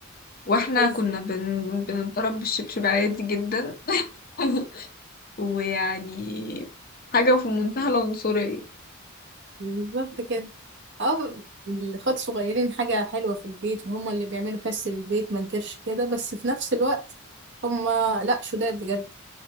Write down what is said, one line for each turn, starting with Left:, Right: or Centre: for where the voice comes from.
Left: واحنا
Right: بس
Left: كنا بن... بنضرب بالشبشب عادي جدا <laughs> ويعني حاجة في منتهى العنصرية
Right: بالظبط كده اه الاخوات الصغيرين حاجة حلوة في البيت وهما اللي بيعملوا فس البيت ما نكرش كده بس في نفس الوقت هما لا شداد بجد